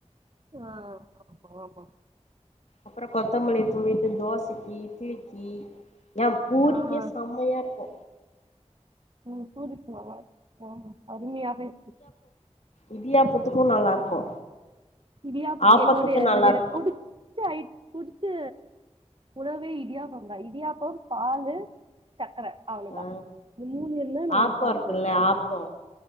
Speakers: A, on the right; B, on the left.
A: ஹ ஆமா ஆமா
B: அப்ரோ கொத்தமல்லி தூ விட்டு தோசைகி இட்லிக்கி யாம் பூரிக்கே
A: ஆ
B: செம்மையா இருக்கு
A: ம் சூதிக்மாமா ஓஹோ அருமையாக இருக்கு
B: இடியாபொத்துக்கு நல்லா இருக்கு
A: இடியாப்போ
B: ஆப்பத்துக்கு
A: என்னோடய
B: நல்லா
A: எனக்கு
B: இருக்கு
A: புடிச்ச அயிட் புடிச் ச்ச உணவே இடியாப்போ தா இடியாப்போ பாலு சக்கர அவ்ளதா
B: ஆ
A: மு மூனுவேர்ல நா
B: ஆப்போ
A: சாப்ட்ருவே
B: இருக்குல்ல ஆப்போ